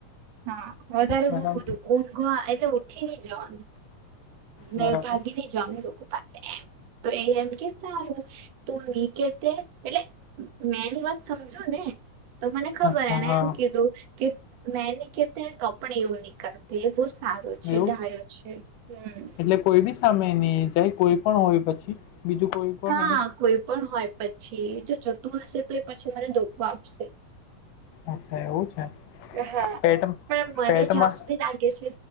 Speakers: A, on the right; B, on the left.
A: હા વધારે
B: બરાબર,
A: બ ઊંઘવા એટલે ઉઠી નઈ જવાનું
B: બરાબર.
A: ભાગી ન જમે લોકો પાસે એમ તો એ એમ કે સારું તું ની કે તે એટલે મેંની વાત સમજુ ને તો મને ખબર
B: અચ્છા,
A: એને
B: હા,
A: એમ કીધું કે મેં નીકળતે તો પણ એવું નીકળ તે બહ સારો છે
B: એવું?
A: ડાયો છે હમ
B: એટલે કોઈ બી સામે નની જાય કોઈ પણ હોય પછી બીજું કોઈ પણ
A: હા
B: એમ?
A: કોઈ પણ હોય પછી જો જતું હશે તો એ પછી મને ધોખો આપશે
B: અચ્છા એવું છે
A: હા
B: પેટ
A: પણ મને
B: પેટમાં
A: જ્યાં સુધી લાગે છે